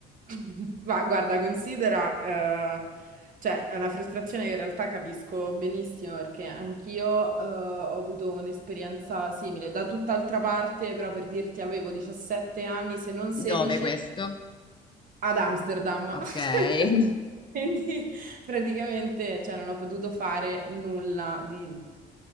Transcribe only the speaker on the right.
<laughs> Ma guarda, considera, eh, cioè, è una frustrazione che in realtà capisco benissimo perché anch'io, eh, ho avuto un'esperienza simile da tutt'altra parte, però per dirti avevo 17 anni, se non 16,
ad Amsterdam.
<laughs>
Quindi praticamente, cioè, non ho potuto fare nulla di